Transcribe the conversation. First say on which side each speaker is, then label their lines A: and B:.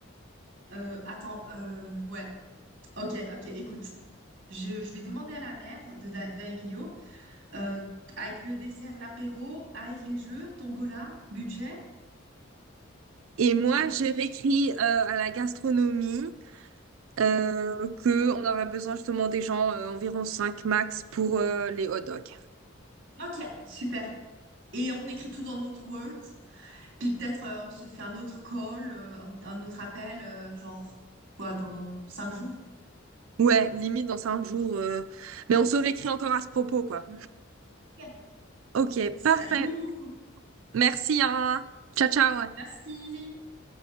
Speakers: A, on the right; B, on the right.
A: Euh, attends, euh, ouais. Ok, ok, écoute. Je, je vais demander à la mère de, Da- d'Emilio, euh, avec le dessert, l'apéro, avec les jeux, Tombola, budget.
B: Et moi,
A: Et
B: j'ai
A: puis,
B: réécrit euh, à la gastronomie euh, que on aurait besoin justement des gens euh, environ 5 max pour euh, les hot dogs.
A: ok, super. Et on écrit tout dans notre Word. Puis peut-être euh, on se fait un autre call, euh, un, un autre appel, euh, genre quoi, dans cinq jours.
B: Ouais, limite dans 5 jours. euh, Mais on se réécrit encore à ce propos, quoi.
A: Ok.
B: Ok,
A: Ça
B: parfait.
A: joue.
B: Merci, hein. Ciao, ciao.
A: Merci.